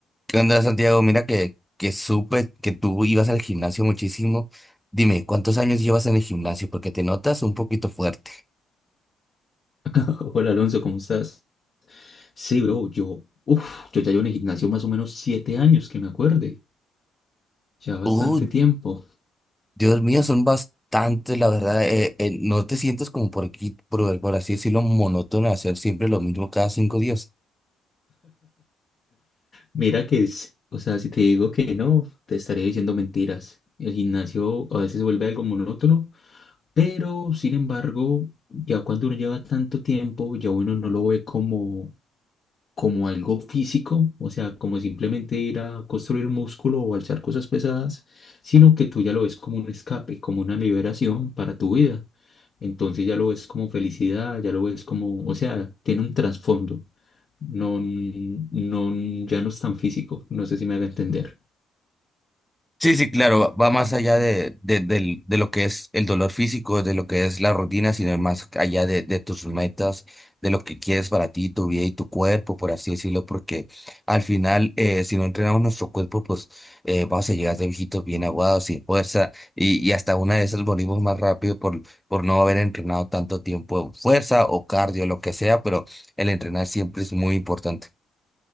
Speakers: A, in the centre; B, on the left.
A: ¿Qué onda, Santiago? Mira que, que supe que tú ibas al gimnasio muchísimo. Dime, ¿cuántos años llevas en el gimnasio? Porque te notas un poquito fuerte.
B: <laughs> Hola Alonso, ¿cómo estás? Sí, bro, yo, uf, yo ya llevo en el gimnasio más o menos siete años, que me acuerde, ya bastante
A: Uh,
B: tiempo.
A: Dios mío, son bastantes, la verdad. eh, eh, no te sientes como por aquí, por, por así decirlo, monótono hacer siempre lo mismo cada cinco días.
B: Mira que es, o sea, si te digo que no, te estaría diciendo mentiras. El gimnasio a veces se vuelve algo monótono, pero sin embargo, ya cuando uno lleva tanto tiempo, ya uno no lo ve como como algo físico, o sea, como simplemente ir a construir músculo o alzar cosas pesadas, sino que tú ya lo ves como un escape, como una liberación para tu vida. Entonces ya lo ves como felicidad, ya lo ves como, o sea, tiene un trasfondo. No, no, ya no es tan físico, no sé si me haga entender.
A: Sí, sí, claro, va va más allá de, de, del- de lo que es el dolor físico, de lo que es la rutina, sino más allá de, de tus metas, de lo que quieres para ti, tu vida y tu cuerpo, por así decirlo, porque al final, eh, si no entrenamos nuestro cuerpo, pues eh, vamos a llegar de viejitos bien aguados, sin fuerza, y, y hasta una de esas morimos más rápido por, por no haber entrenado tanto tiempo fuerza o cardio, lo que sea, pero el entrenar siempre es muy importante.